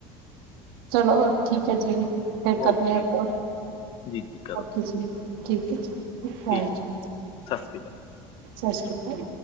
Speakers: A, on the right; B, on the left.
A: ਚਲੋ ਠੀਕ ਹੈ ਜੀ। ਫੇਰ ਕਰਨੀ
B: ਓਕੇ
A: ਆ ਕੋਲ।
B: ਜੀ ਜੀ ਜੀ ਕਰੋ
A: ਓਕੇ ਜੀ। ਠੀਕ ਏ ਜੀ ਗੁਡ
B: ਓਕੇ,
A: ਬਾਈ
B: ਠੀਕ
A: ਜੀ।
B: ਸਤਿ ਸ਼੍ਰੀ ਅਕਾਲ
A: ਸਤਿ ਸ਼੍ਰੀ ਅਕਾਲ।